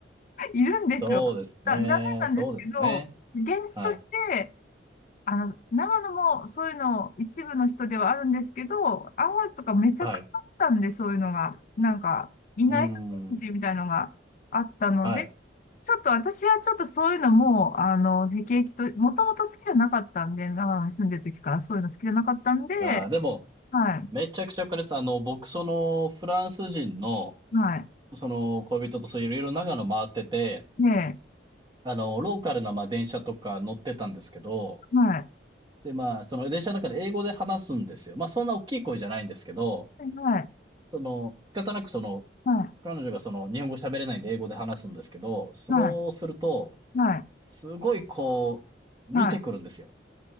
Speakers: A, on the left; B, on the right.
A: いるんですよ。
B: そうですね。
A: だ残念なんですけど、
B: そうですね。
A: 現実として、
B: はい。
A: あの、長野もそういうの一部の人ではあるんですけど、青森とかめちゃくちゃあったんで、
B: はい。
A: そういうのが。なんか、いない人たちみたいのがあったので、
B: うーん。はい。
A: ちょっと私はちょっとそういうのもう、あの、辟易と、もともと好きじゃなかったんで、長野に住んでる時からそういうの好きじゃなかったんで、
B: あーでも、
A: はい。
B: めちゃくちゃ彼かす。あの、僕、その、フランス人の、
A: はい。
B: その、恋人と、そう、いろいろ長野回ってて、
A: ねえ、
B: あの、ローカルな、まあ、電車とか乗ってたんですけど、
A: はい。
B: で、まあ、その電車の中で英語で話すんですよ。まあ、そんな大きい声じゃないんですけど、
A: はい。
B: その、仕方なくその、
A: は
B: 彼女がその、日本語喋れないんで英語で話すんですけど、それをすると、
A: い。はい。はい。
B: すごいこう、
A: はい。
B: 見てくるんですよ。
A: はい。